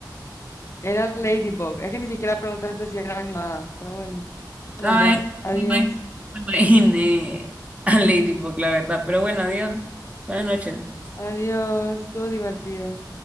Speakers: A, on the left; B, on the right.
A: Era Ladybug. Es que ni siquiera preguntaste si era animada. Pero bueno,
B: Ay,
A: nos vemos. Adiós.
B: no me no me imaginé a Lady Bug, la verdad. Pero bueno, adiós. Buenas noches.
A: Adiós. Estuvo divertido.